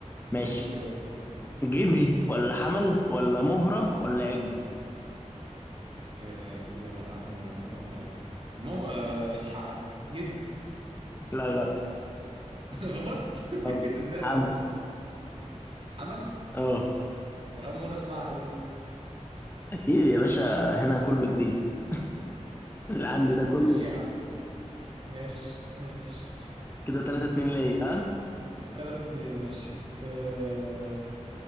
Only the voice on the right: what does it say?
اديني اختيار اديني اختيار
آه، جدي ولا حمل ولا مهر ولا عجل مو آه، ح- جدي
<laughs> غلط
<laughs> ازاي
يا ابني؟ حمل
انا اول مره اسمعها دي يا اسطى
ماشي
يا عم ماشي ماشي
تلاتة اتنين ماشي أه...